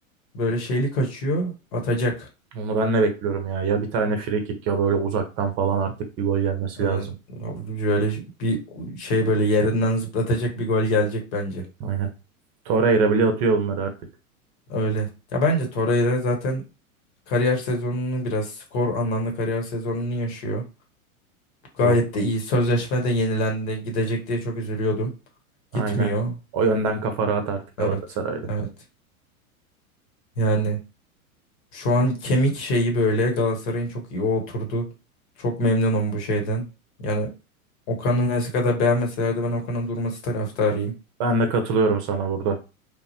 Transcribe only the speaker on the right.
Onu ben de bekliyorum ya. Ya bir tane free kick ya böyle uzaktan falan artık bir gol gelmesi
lazım.
Aynen. Torreira bile atıyor bunları artık.
Doğru.
Aynen.
O yönden kafa rahat artık Galatasaray'da.
Ben de katılıyorum sana burada.